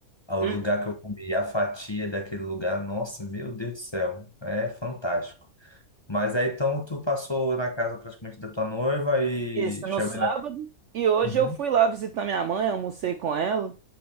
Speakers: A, on the left; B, on the right.
A: o
B: Hum.
A: lugar que eu comi, a fatia daquele lugar, nossa, meu Deus do céu, é fantástico. Mas aí então tu passou na casa praticamente da tua noiva e
B: Isso, no
A: chegou
B: sábado. E hoje
A: Uhum.
B: eu fui lá visitar minha mãe, almocei com ela.